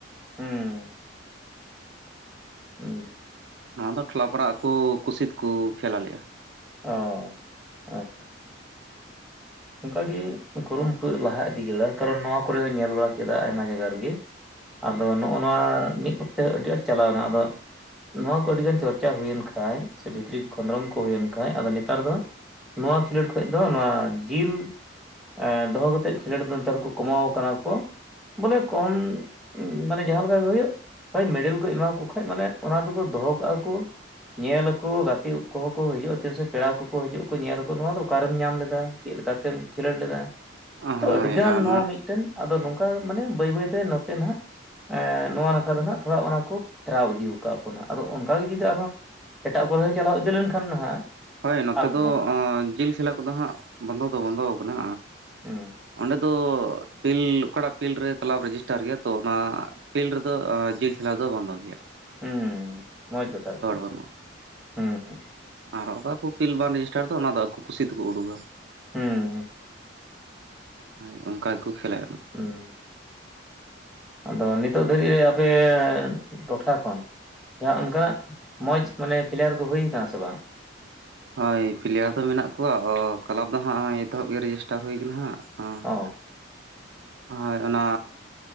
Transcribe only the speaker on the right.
ᱱᱚᱣᱟ ᱫᱚ ᱴᱚᱞᱟ ᱯᱟᱲᱟ ᱠᱚ ᱠᱩᱥᱤᱛᱠᱚ ᱠᱷᱮᱞᱟ ᱟᱞᱮᱭᱟ
ᱦᱳᱭ
ᱟᱨ
ᱦᱳᱭ ᱱᱚᱛᱮ
ᱫᱚ
ᱡᱤᱞ ᱠᱷᱮᱞᱟ ᱠᱚᱫᱚ ᱦᱟᱸᱜ ᱵᱚᱱᱫᱚ ᱫᱚ ᱵᱚᱱᱫᱚ ᱟᱠᱟᱱᱟ
ᱚᱸᱰᱮ ᱫᱚ ᱯᱤᱞ ᱚᱠᱟᱴᱟᱜ ᱯᱤᱞᱰ ᱨᱮ ᱠᱞᱟᱵᱽ ᱨᱮᱡᱤᱥᱴᱟᱨ ᱜᱮᱭᱟ ᱛᱚ ᱚᱱᱟ ᱯᱤᱞᱰ ᱨᱮᱫᱚ ᱡᱤᱞ ᱠᱷᱮᱞᱟ ᱫᱚ ᱵᱷᱟᱝ ᱵᱷᱟᱜᱤᱭᱟ
ᱵᱟᱹᱱᱩᱜᱼᱟ
ᱟᱨ ᱚᱠᱟ ᱠᱚ ᱯᱤᱞ ᱵᱟᱝ ᱨᱮᱡᱤᱥᱴᱟᱨ ᱫᱚᱫᱟ ᱚᱱᱟ ᱫᱚ ᱟᱠᱚ ᱠᱩᱥᱤ ᱛᱮᱠᱚ ᱩᱰᱩᱠᱟᱟ
ᱦᱳᱭ ᱚᱱᱠᱟ ᱜᱮᱠᱚ ᱠᱷᱮᱞᱟᱭᱟ
ᱦᱳᱭ ᱯᱞᱮᱭᱟᱨ ᱫᱚ ᱢᱮᱱᱟᱜ ᱠᱚᱣᱟ ᱠᱞᱟᱵᱽ ᱫᱚ ᱦᱟᱸᱜᱜᱚᱭ ᱮᱛᱚᱦᱚᱵ ᱜᱮ ᱨᱮᱡᱤᱥᱴᱟᱨ ᱦᱩᱭ ᱠᱟᱱᱟ ᱦᱟᱸᱜ ᱟᱸ
ᱦᱳᱭ ᱚᱱᱟ